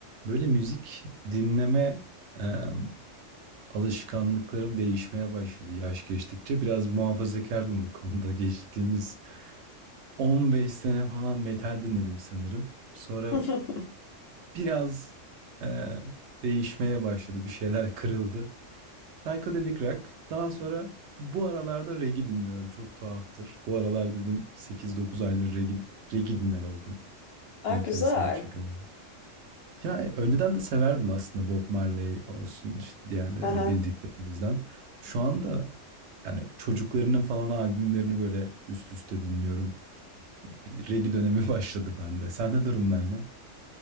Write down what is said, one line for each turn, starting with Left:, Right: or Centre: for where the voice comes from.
Right: Böyle müzik dinleme, emm, alışkanlıklarım değişmeye başladı yaş geçtikçe. Biraz muhafazakardım bu konuda. Geçtiğimiz 15 sene falan metal dinledim sanırım. Sonra
Left: <laughs>
Right: biraz, eee, değişmeye başladı, bir şeyler kırıldı. Psychedelic rock, daha sonra bu aralarda reggae dinliyorum, çok tuhaftır. Bu aralar dedim 8-9 aydır reggae reggae dinler oldum
Left: Ha,
Right: enteresan
Left: güzel.
Right: bir şekilde. Ya e, önceden de severdim aslında Bob Marley olsun işte diğerleri
Left: Aha.
Right: hani bildiklerimizden. Şu anda yani çocuklarının falan albümlerini böyle üst üste dinliyorum. Bir reggae dönemi <laughs> başladı bende. Sende durumlar ne?